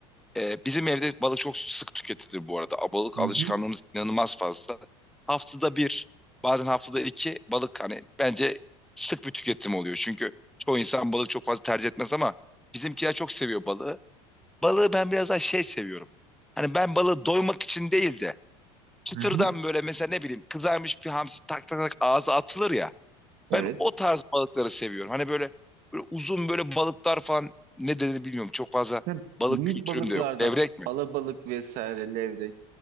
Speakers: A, in the centre; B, on the right.
A: Ee, bizim evde balık çok sık tüketilir bu arada. A, Balık
B: Hı
A: alışkanlığımız
B: hı,
A: inanılmaz fazla. Haftada bir, bazen haftada iki balık hani bence sık bir tüketim oluyor. Çünkü çoğu insan balık çok fazla tercih etmez ama bizimkiler çok seviyor balığı. Balığı ben biraz daha şey seviyorum. Hani ben balığı doymak için değil de çıtırdan
B: hı hı.
A: böyle mesela ne bileyim kızarmış bir hamsi tak tak tak ağza atılır ya.
B: Evet.
A: Ben o tarz balıkları seviyorum. Hani böyle, böyle uzun böyle balıklar falan ne dediğini bilmiyorum. Çok fazla
B: Hem
A: balık
B: büyük
A: kültürüm
B: balıklardan
A: de yok. Levrek mi?
B: alabalık vesaire levrek